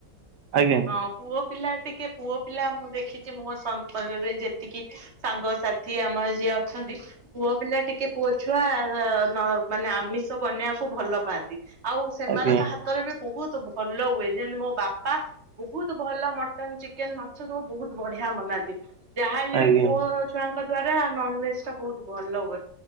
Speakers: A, on the right; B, on the right.
A: ଆଜ୍ଞା
B: ହଁ ପୁଅ ପିଲା ଟିକେ ପୁଅ ପିଲା ମୁଁ ଦେଖିଚି ମୋ ସ୍ୱାମୀ <unintelligible> ଯେତିକି ସାଙ୍ଗସାଥି ଆମର ଯିଏ ଅଛନ୍ତି ପୁଅ ପିଲା ଟିକେ ପୁଅ ଛୁଆ ଆ ନ ମାନେ ଆମିଷ ବନେଇବାକୁ ଭଲ ପାଆନ୍ତି। ଆଉ ସେମାନଙ୍କ
A: ଆଜ୍ଞା
B: ହାତରେ ବି ବହୁତ ଭଲ ହୁଏ ଯେମିତି ମୋ ବାପା। ବହୁତ ଭଲ ମଟନ ଚିକେନ ମାଛ ସବୁ ବହୁତ ବଢିଆ ମନାନ୍ତି। ଯାହା ହେଲେ
A: ଆଜ୍ଞା
B: ବି ପୁଅ ଛୁଆଙ୍କ କ ଦ୍ଵାରା ନନ୍ ଭେଜ ଟା ବହୁତ ଭଲ ହୁଏ